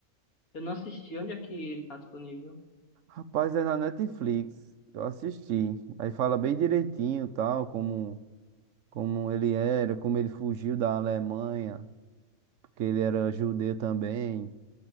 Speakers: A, on the left; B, on the right.
A: Eu não assisti, onde é que ele tá disponível?
B: Rapaz, é na Netflix. Eu assisti. Aí fala bem direitinho, tal, como, como ele era, como ele fugiu da Alemanha, porque ele era judeu também.